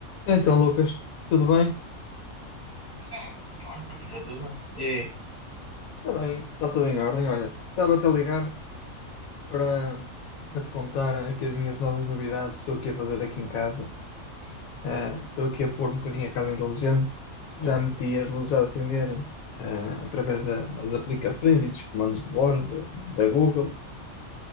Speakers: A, on the left; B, in the centre.
A: Então, Lucas, tudo bem?
B: Sim. Olha, por aqui está tudo bem. E aí?
A: Está bem, está tudo em ordem. Olha, estava-te a ligar para, para te contar aqui as minhas novas novidades. Estou aqui a fazer aqui em casa. Ah, estou aqui a pôr um bocadinho a casa inteligente. Já meti as luzes a acenderem ah, através da- das aplicações e dos comandos de voz da da Google.